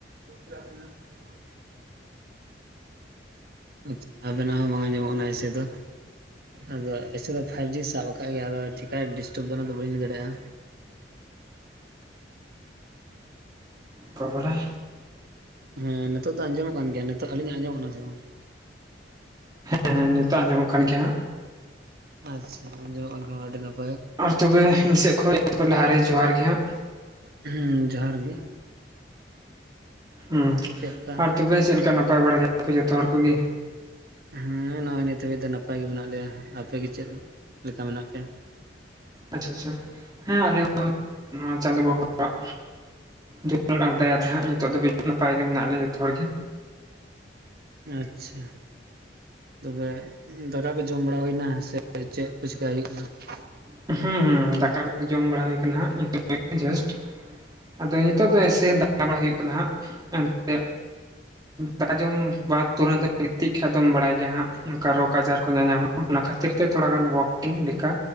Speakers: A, on the right; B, on the right.
A: ᱜᱚᱢᱠᱮ ᱟᱵᱤᱱᱟᱜ ᱨᱚᱲ ᱟᱪ ᱟᱵᱮᱱᱟᱜ ᱦᱚᱸ ᱵᱟᱝ ᱟᱸᱡᱚᱢᱚᱜ ᱠᱟᱱᱟ ᱮᱥᱮ ᱫᱚ ᱟᱫᱚ ᱮᱥᱮ ᱫᱚ ᱯᱷᱟᱭᱤᱵᱷ ᱡᱤ ᱥᱟᱵ ᱟᱠᱟᱫ ᱜᱮᱭᱟ ᱟᱫᱚ ᱪᱮᱠᱟᱭ ᱰᱤᱥᱴᱟᱵᱽ ᱫᱟ ᱚᱱᱟᱫᱚ ᱵᱟᱹᱧ ᱞᱟᱹᱭ ᱫᱟᱲᱮᱭᱟᱜᱼᱟ
B: ᱠᱚᱯᱚᱲᱟ
A: ᱦᱮᱸ ᱱᱤᱛᱚᱜ ᱫᱚ ᱟᱸᱡᱚᱢᱚᱜ ᱠᱟᱱ ᱜᱮᱭᱟ ᱱᱤᱛᱚᱜ ᱟᱹᱞᱤᱧᱟᱜ ᱟᱸᱡᱚᱢᱚᱜ ᱠᱟᱱᱟ ᱥᱮ ᱵᱟᱝ
B: ᱦᱮᱸ ᱦᱮᱸ ᱱᱤᱛᱚᱜ ᱟᱸᱡᱚᱢᱚᱜ ᱠᱟᱱ ᱜᱮᱭᱟ ᱦᱟᱸᱜ
A: ᱟᱪᱷᱟ ᱟᱸᱡᱚᱢᱚᱜ ᱠᱷᱟᱱ ᱟᱹᱰᱤ ᱱᱟᱯᱟᱭ
B: ᱟᱨ ᱛᱚᱵᱮ ᱤᱧ ᱥᱮᱫ ᱠᱷᱚᱱ ᱞᱟᱦᱟᱨᱮ ᱡᱚᱦᱟᱨ ᱜᱮ ᱦᱟᱸᱜ
A: ᱦᱩᱸ ᱡᱚᱦᱟᱨ ᱜᱮ
B: ᱦᱩᱸ
A: ᱪᱮᱫ ᱞᱮᱠᱟ
B: ᱟᱨ ᱛᱚᱵᱮ ᱪᱮᱫ ᱞᱮᱠᱟ ᱱᱟᱯᱟᱭ ᱵᱟᱲᱟ ᱜᱮᱭᱟᱯᱮ ᱡᱷᱚᱛᱚ ᱦᱚᱲ ᱠᱚᱜᱮ
A: ᱦᱩᱸ ᱱᱚᱜᱼᱚᱭ ᱱᱤᱛ ᱦᱟᱹᱵᱤᱡ ᱫᱚ ᱱᱟᱯᱟᱭ ᱜᱮ ᱢᱮᱱᱟᱜ ᱞᱮᱭᱟ ᱟᱯᱮ ᱜᱮ ᱪᱮᱫ ᱞᱮᱠᱟ ᱢᱮᱱᱟᱜ ᱯᱮᱭᱟ
B: ᱟᱪᱪᱷᱟ ᱦᱮᱸ ᱟᱞᱮ ᱦᱚᱸ ᱮ ᱪᱟᱸᱫᱳ ᱵᱚᱸᱜᱟ-ᱟᱜ ᱫᱩᱞᱟᱹᱲ ᱟᱨ ᱫᱟᱭᱟ ᱛᱮ ᱦᱟᱸᱜ ᱱᱤᱛᱚᱜ ᱫᱷᱟᱹᱵᱤᱡ ᱱᱟᱯᱟᱭ ᱜᱮ ᱢᱮᱱᱟᱜ ᱞᱮᱭᱟ ᱡᱚᱛᱚ ᱦᱚᱲᱜᱮ
A: ᱟᱪᱪᱷᱟ ᱛᱚᱵᱮ ᱫᱟᱠᱟ ᱠᱚ ᱡᱚᱢ ᱵᱟᱲᱟ ᱦᱩᱭᱱᱟ ᱥᱮ ᱪᱮᱫ ᱠᱚ <unintelligible> ᱪᱤᱠᱟᱹᱭ ᱦᱩᱭᱩᱜ ᱠᱟᱱᱟ
B: ᱦᱩᱸ ᱦᱩᱸ ᱫᱟᱠᱟ ᱠᱚ ᱡᱚᱢ ᱵᱟᱲᱟ ᱦᱩᱭ ᱠᱟᱱᱟ ᱦᱟᱸᱜ ᱱᱤᱛᱚᱜ ᱜᱮ ᱡᱟᱥᱴ ᱟᱫᱚ ᱱᱤᱛᱚᱜ ᱫᱚ ᱮᱥᱮ ᱫᱟᱸᱬᱟ ᱦᱩᱭᱩᱜ ᱠᱟᱱᱟ ᱦᱟᱸᱜ ᱮᱱᱛᱮ ᱫᱟᱠᱟ ᱡᱚᱢ ᱵᱟᱫ ᱛᱩᱨᱟᱹᱝ ᱜᱤᱛᱤᱡ ᱠᱷᱟᱱ ᱫᱚᱢ ᱵᱟᱲᱟᱭ ᱜᱮᱭᱟ ᱦᱟᱸᱜ ᱱᱚᱝᱠᱟ ᱨᱳᱠ ᱟᱡᱟᱨ ᱠᱚ ᱧᱟᱧᱟᱢᱟ ᱚᱱᱟ ᱠᱷᱟᱹᱛᱤᱨ ᱛᱮ ᱛᱷᱚᱲᱟ ᱜᱟᱱ ᱳᱭᱟᱨᱠᱤᱝ ᱞᱮᱠᱟ